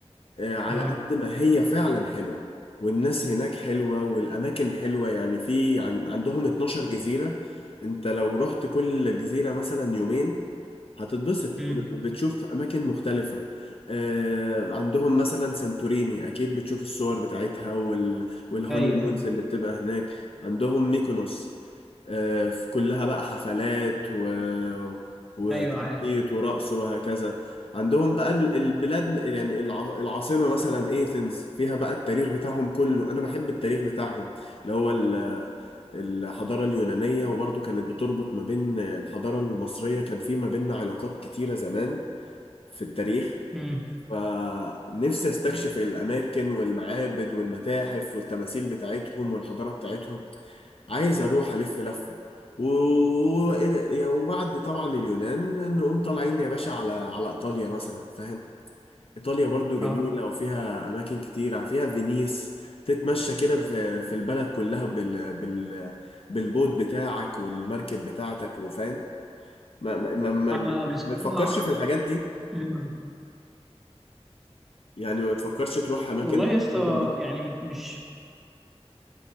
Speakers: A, on the left; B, in the centre.
A: آه، على
B: اه
A: قد ما هي فعلا حلوة والناس هناك حلوة والأماكن حلوة يعني في عن عندهم 12 جزيرة انت لو رحت كل جزيرة مثلا يومين هتتبسط
B: امم
A: بت- بتشوف أماكن مختلفة آه، عندهم مثلا سانتوريني أكيد بتشوف الصور بتاعتها وال... والهوني
B: ايوه
A: مونز
B: ايوه
A: اللي بتبقى هناك عندهم ميكونوس آه، في كلها بقى حفلات و... وتنطيط
B: ايوه عارف
A: ورقص وهكذا عندهم بقى ال- البلاد يعني الع- العاصمة مثلا ايثنز فيها بقى التاريخ بتاعهم كله أنا بحب التاريخ بتاعهم اللي هو الحضارة اليونانية وبرضو كانت بتربط ما بين الحضارة المصرية كان في ما بيننا علاقات كتيرة زمان في التاريخ
B: امم
A: فنفسي استكشف الأماكن والمعابد والمتاحف والتماثيل بتاعتهم والحضارة بتاعتهم عايز أروح ألف لفة و... و- وبعد طبعا اليونان نقوم طالعين يا باشا على على إيطاليا مثلا فاهم إيطاليا برضو جميلة
B: اه
A: وفيها أماكن كتير فيها فينيس تتمشى كده في في البلد كلها بال بال بالبوت بتاعك والمركب بتاعتك وفاهم ما ما ما,
B: آه،
A: ما,
B: بصراحه
A: ما تفكرش في الحاجات دي
B: مم.
A: يعني ما تفكرش تروح أماكن
B: والله يا اسطى
A: الأماكن دي
B: يعني مش